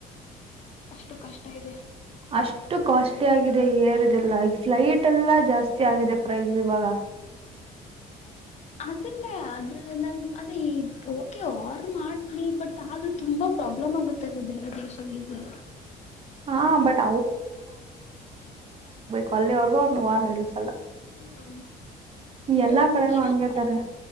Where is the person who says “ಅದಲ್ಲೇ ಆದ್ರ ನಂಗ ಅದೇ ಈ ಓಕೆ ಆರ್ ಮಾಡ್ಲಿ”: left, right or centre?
Left